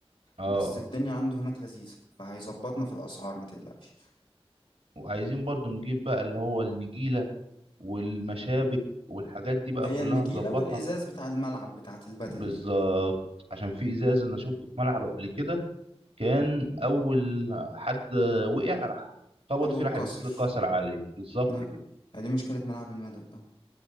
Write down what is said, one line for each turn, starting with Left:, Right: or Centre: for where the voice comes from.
Right: اه
Left: بس الدنيا عنده هناك لذيذة فهيظبطنا في الأسعار ما تقلقش
Right: وعايزين برضو نجيب بقى اللي هو النجيله والمشابك والحاجات دي بقى
Left: هي
Right: كلها
Left: النجيلة
Right: نظبطها
Left: والإزاز بتاع الملعب بتاعة البادل
Right: بالظبط
Left: دي
Right: عشان في ازاز انا شفته في ملعب قبل كده كان اول حد وقع راح
Left: خدوا
Right: خبط فيه راح
Left: كسر
Right: الازازه اتكسر عليه بالظبط
Left: لا
Right: كده
Left: هي دي مشكلة ملعب المدل اه